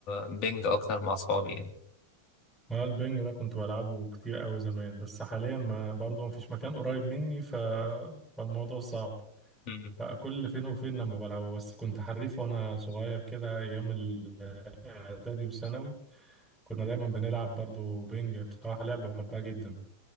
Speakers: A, on the left (about 35°); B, in the centre.
A: بينج أكتر مع أصحابي يعني
B: اه البنج ده كنت بلعبه كتير قوي زمان بس حاليا ما برضه ما فيش مكان قريب مني ف... فالموضوع صعب
A: مم.
B: لا كل فين وفين لما بلعبه بس كنت حريف وانا صغير كده ايام ال- الاعدادي والثانوي كنا دايما بنلعب برضو بينج بصراحة لعبة بحبها جدا